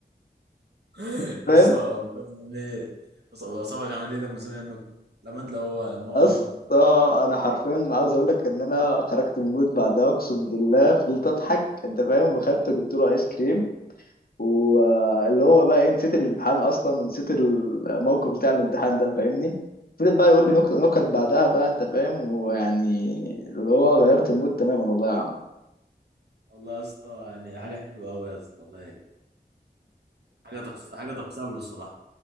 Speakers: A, on the right (about 75°); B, on the left (about 60°).
A: يا
B: <laughs> فاهم
A: اسطى ربنا عامل ايه صاحبك عامل ايه لما سمع النكته لما انت لو هو لما هو
B: اصلا
A: قال النكته
B: انا حرفيا عاوز اقول لك ان انا خرجت من المود بعدها اقسم بالله فضلت اضحك انت فاهم وخدته جبت له ايس كريم واللي هو بقى ايه نسيت الامتحان اصلا ونسيت الموقف بتاع الامتحان ده فاهمني فضل بقى يقول لي نك- نكت بعدها بقى انت فاهم ويعني اللي هو غيرت المود تماما والله يا عم
A: والله يا اسطى يعني حاجه حلوه قوي يا اسطى والله يعني. حاجه تحس... حاجه تحسب له الصراحه